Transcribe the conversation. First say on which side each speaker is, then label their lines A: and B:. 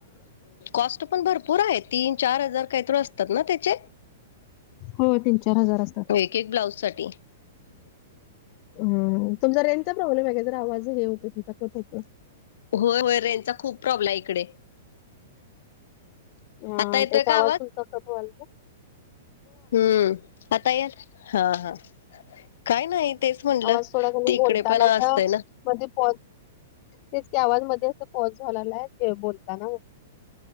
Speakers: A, on the left; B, on the left.
A: कॉस्ट पण भरपूर पुर आहे तीन चार हजार काहीत असतात ना त्याचे,
B: हो तीन चार हजार असतात.
A: ब्लाउ साठी
B: ह तुम ज रेचा प्रॉब्लेम आहे का जर आवाज हे होते तचा कट होते.
A: होय होय रेज चा खूप प्रॉब्लेम आहे इकडे
B: ह
A: आता येतोय
B: त्याचा
A: का
B: आवाज तुलचा कटवा्हाल
A: हम्म आता या हा हा काय नाही तेच म्हणलं
B: आवाज
A: त
B: थोडा कमी
A: इकडे
B: बोलतानाचा
A: पण असतंय ना,
B: मध्ये पॉझ तेच गवाां मध्ये अस पॉझ झालेला आहे जे बोलताना